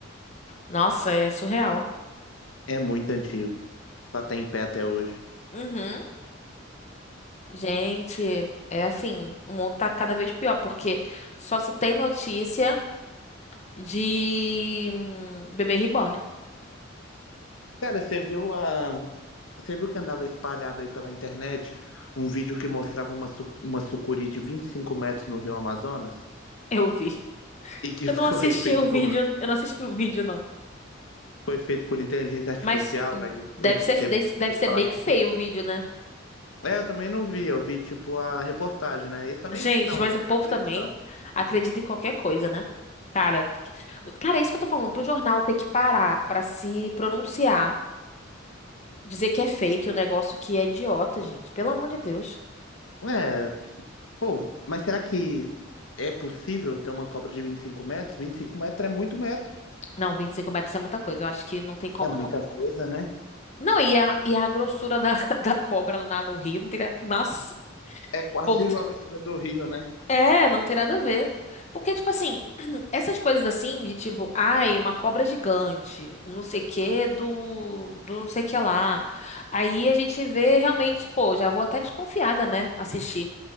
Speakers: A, on the left; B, on the left.
A: Nossa, é surreal.
B: É muito antigo, pra estar em pé até hoje.
A: Uhum. Gente, é assim, o mundo tá cada vez pior, porque só se tem notícia de hum, bebê reborn. <laughs>
B: Cara, você viu a, você viu que andava espalhado aí pela internet um vídeo que mostrava uma, su- uma sucuri de 25 metros no Rio Amazonas
A: Eu vi.
B: e que
A: Eu
B: <laughs> foi
A: não assisti
B: feito
A: o vídeo,
B: por,
A: eu não assisti o vídeo, não.
B: foi feito por inteligência artificial,
A: Mas hum,
B: aí
A: deve
B: hoje
A: ser,
B: teve
A: deve
B: primeiro
A: deve
B: que
A: ser
B: falar
A: bem
B: que
A: feio
B: é
A: o vídeo, né?
B: É, eu também não vi, eu vi tipo a reportagem, né? Isso eu nem
A: Gente,
B: li, não,
A: mas
B: eu
A: o
B: vi
A: povo
B: na televisão.
A: também acredita em qualquer coisa, né? Cara, porque- cara, é isso que eu tô falando. Pro jornal ter que parar pra se pronunciar, dizer que é fake, o negócio que é idiota, gente. Pelo amor de Deus.
B: Ué, pô, mas será que é possível ter uma Copa de vinte e cinco metros? Vinte e cinco metros é muito metro.
A: Não, 25 metros é muita coisa. Eu acho que não tem como,
B: É muita
A: não.
B: coisa, né?
A: Não, e a, e a grossura da, <laughs> da cobra lá no Rio não teria. Nossa, o
B: É quase
A: povo. tá-
B: a grossura do Rio, né?
A: É, não tem nada a ver. Porque, tipo assim, <clears throat> essas coisas assim, de tipo, ai, uma cobra gigante, um não sei o quê do, do não sei o que lá. Aí a gente vê realmente, pô, já vou até desconfiada, né? Assistir.